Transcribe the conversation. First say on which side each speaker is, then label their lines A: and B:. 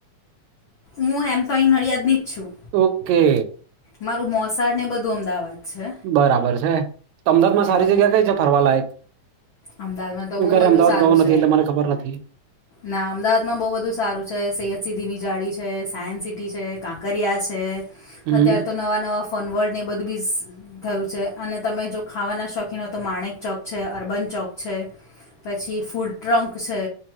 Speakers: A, on the left; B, on the right.
A: હું એમ તો અહીં નડિયાદની જ છું.
B: ઓકે!
A: મારું મોસાડ ને બધું અમદાવાદ. છે
B: બરાબર છે તો અમદાવાદ માં
A: એટલે
B: સારી
A: હું
B: જગ્યા કઈ છે ફરવાલાયક?
A: અમદાવાદમાં તો
B: હું
A: બહુ
B: ક્યારે
A: બધું
B: અમદાવાદ
A: સારું
B: ગઉ નથી
A: છે
B: એટલે મને ખબર નથી.
A: ના અમદાવાદમાં બહુ બધું સારું છે સૈયદ સિદિ ની જાળી છે સાયન્સ સિટી છે કાં કર્યા છે
B: હમ
A: અત્યારે તો નવા નવા ફોન વર્લ્ડની બધું બી થયું છે અને તમે જો ખાવાના શોખીન હોય તો માણેક ચોક છે અર્બન ચોક છે પછી ફૂડ ટ્રંક છે.